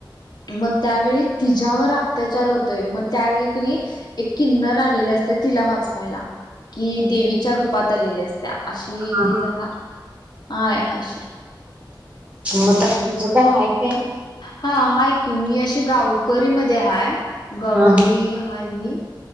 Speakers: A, on the left; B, on the right.
A: मग त्यावेळी तिच्यावर अत्याचार होतोय मग त्यावेळी कि नाई एक किन्नर र आलेले असत तिला वाचवायला. कि देवीच्या रूपात आलेली असत्या अशी
B: हा
A: ती जरा हाय अशी
B: मग तर तुझ काय हाय काय
A: हा आहे की, मी अशी गावकरी मध्ये हाय गावकरी
B: हा
A: आहे मी